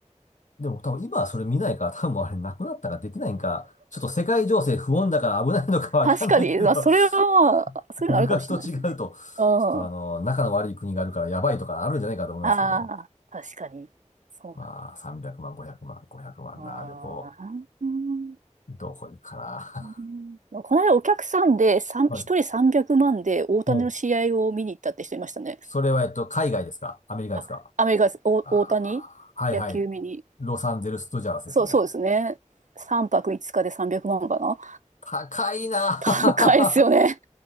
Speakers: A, on the left (about 85°); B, on the right (about 85°).
A: でも多分今はそれ見ないから、多分あれなくなったかできないんか。ちょっと世界情勢不穏だから危ないのかわかんないけど、
B: 確かに、まあ、それは、まあそういうのあるかもしれないですね。
A: <laughs> 昔と違うと、
B: うん。
A: ちょっとあの、
B: あ
A: 仲の悪い国があるからやばいとかあるんじゃないかと思いますけどね。
B: あ、確かに。そう
A: まあ、300万、500万、500万な旅行、
B: だな。うん。
A: どこ行くかな。
B: うんこの間お客さんでさん一人300万で大谷の試合を見に行ったって人いましたね。
A: <laughs> はい。もう、それはえっと、海外ですかアメリカですか
B: あ、アメリカです、お大谷野球見に。
A: あーはいはい。ロサンゼルス・ドジャースですね。
B: そう、そうですね。3泊5日で300万かな。
A: 高いな
B: <laughs> 高いですよね。